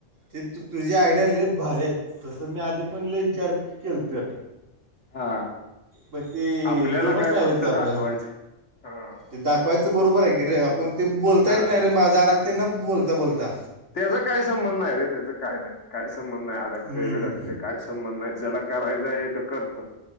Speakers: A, on the right; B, on the left.
A: ते तू तुझी आयडिया लले भारी आहेत तसं मी आधी पण ल विचार केल तर
B: हा
A: पण ते
B: आपल्याला
A: जमत
B: काय
A: नाही
B: फक्त
A: रे ते आपल्याला
B: दाखवायचं हा
A: ते दाखवायचं बरोबर आहे की रे आपण ते बोलता येत
B: हा
A: नाही रे माझा आडाकते ना बोलता बोलता
B: त्याचा काही संबंध नाही रे त्याच काय नाही काही संबंध नाही अडकते
A: हम्म
B: बिडकते काय संबंध ज्याला करायचय करत